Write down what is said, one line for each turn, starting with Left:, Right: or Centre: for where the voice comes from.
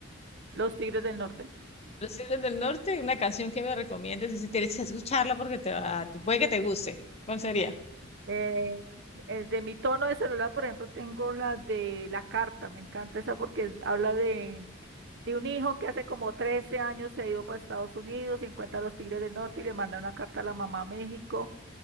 Right: Los Tigres del Norte.
Left: Los Tigres del Norte, una canción que me recomiendas. Dice, tienes que escucharla porque te va, te- puede que te guste. ¿Cuál sería?
Right: Eh, eh, de mi tono de celular, por ejemplo, tengo la de La Carta. Me encanta esa porque habla de, de un hijo que hace como 13 años se ha ido para Estados Unidos y encuentra a los Tigres del Norte y le manda una carta a la mamá a México